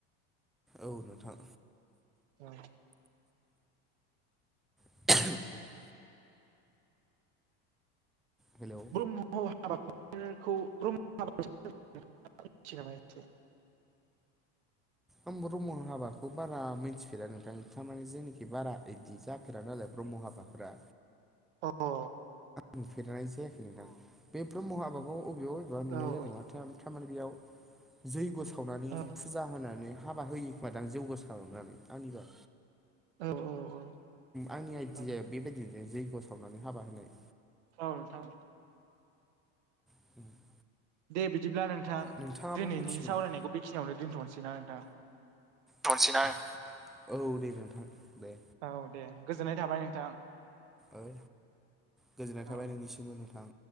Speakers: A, in the centre; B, on the right.
A: औ नोंथां
B: उ
A: <inaudible> हेल'
B: ब्र्म हाबाफोरखौ ब्र्माब मिथि नामा एसे <unintelligible>
A: आं ब्रह्म हाबाखौ बारा मिथिफेरा नोंथां नोंमाने जेनाखि बारा बिदि जा फ नालाय ब्रह्म हाबाफफोरा
B: अ अ
A: नुफेरनाय जायाखै नोंथां बे ब्रह्म हाबाखौ बबेबा बबेबा नुनाय
B: औ
A: जादों माथो थारमाने बेयाव जैग' सावनानै।
B: औ
A: फुजा होनानै हाबा होयोखोमा दां जौग' सारनानै आंनिबा।
B: औ औ
A: आंनि आइडियाया
B: औ
A: बेबायदिनो जैग्य' सावनानै हाबा होनाय।
B: औ नोंथां।
A: <inaudible>
B: दे बिदिब्ला नोंथां
A: नोंथाङाबो
B: दिनैनि
A: मिथिगौ
B: सावरायनायखौ
A: नामा
B: बेखिनियावनो दोनथ'नोसै ना नोंथां।
A: थनसैना औ दे दे नोंथां दे।
B: औ दे गोजोननाय थाबाय नोंथां।
A: ओइ गोजोननाय
B: औ
A: थाबाय
B: दे
A: नोंनिसिमबो नोंथां।